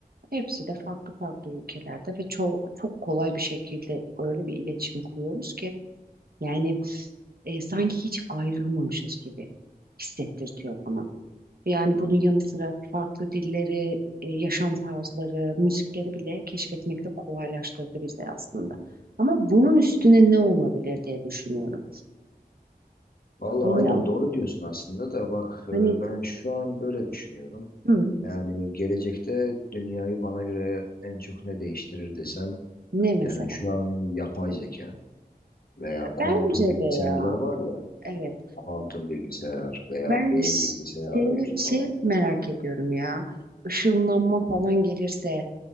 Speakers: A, on the right; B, on the left.
A: Hepsi de farklı farklı ülkelerde ve çok çok kolay bir şekilde öyle bir iletişim kuruyoruz ki yani e, sanki hiç ayrılmamışız gibi hissettirtiyor bana. Yani bunun yanı sıra farklı dilleri, e, yaşam tarzları, müzikleri bile keşfetmekte kolaylaştırdı bize aslında. Ama bunun üstüne ne olabilir diye düşünüyorum.
B: Vallahi
A: Yani
B: aynen doğru diyorsun aslında da bak e,
A: hani
B: ben şu an böyle düşünüyorum.
A: hı.
B: Yani gelecekte dünyayı bana göre en çok ne değiştirir desem
A: Ne mesela?
B: Yani şu an yapay zeka veya kuantum
A: Bence
B: bilgisayarlar
A: de ya.
B: var ya,
A: Evet.
B: kuantum bilgisayar veya
A: Ben
B: beyin
A: ş-
B: bilgisayar
A: şeyi,
B: arayüzü
A: şey
B: falan.
A: merak ediyorum ya. Işınlanma falan gelirse